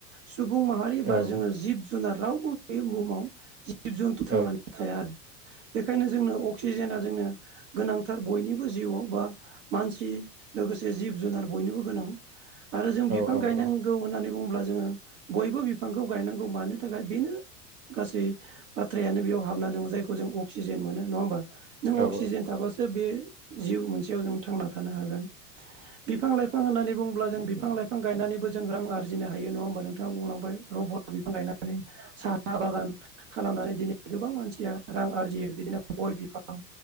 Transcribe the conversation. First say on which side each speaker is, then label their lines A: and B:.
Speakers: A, on the right; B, on the right.
A: सुबुं माहारि
B: औ
A: बा
B: औ
A: जोंङो जिब जुनार रावबो बे बुहुमाव। जिब जन्थु
B: औ
A: थांनानै थाया बेखायनो जोंनो अक्सिजेना जोंनो। गोनांथार बयनिबो जिउआव बा मानसि लोगोसे जिब जुनार बयनोबो गोनां। आरो जों बिफां
B: औ
A: गायनांगौ
B: औ
A: होननानै बुंङोब्ला जोंङो बयबो बिफांखौ गायनांगौ मानो थाखाय बेनो। गासै बाथ्रायानो बेयाव हाबना दंङ जायखौ जों। अक्सिजेन मोनो नंङा होमबा नों
B: औ
A: अक्सिजेन थाबासो बे जिउ मोनसेयाव जों थांना थानो हागोन। बिफां लाइफां होननानै बुंङोब्ला जों बिफां लाइफां गायनानैबो जों रां आरजिनो हायो नंङा होमबा नों। बिथांङा बुंलांबाय रबर बिफां गायनानै साहा बागान खालामनानै। दिनै गोबां मानसिया रां आरजियो बिदिनो गय बिफां